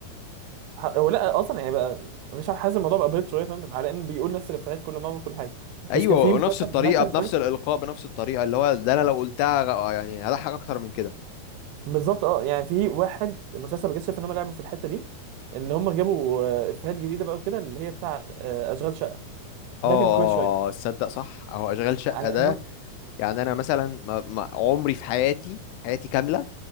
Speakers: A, on the right; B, on the left.
A: ح- هو لا اصلا يعني بقى مش عارف، حاسس الموضوع بقى بريد شويه فاهم على ان بيقول نفس الافيهات كل مره وكل حاجه
B: ايوه
A: بس كان في
B: ونفس
A: مسلسل
B: الطريقه
A: بتاع سنة
B: بنفس
A: فاتت
B: الالقاء بنفس الطريقه اللي هو ده انا لو قلتها غ- يعني هضحك اكتر من كده
A: بالظبط اه يعني في واحد مسلسل بجد شايف ان هم لعبوا في الحته دي ان هم جابوا آه، افيهات جديده بقى وكده اللي هي بتاع آه، اشغال شقه
B: اه
A: ده كان كويس شويه
B: اه آه، تصدق صح اهو اشغال شقه
A: على
B: ده
A: انهم
B: يعني انا مثلا ما ما عمري في حياتي حياتي كامله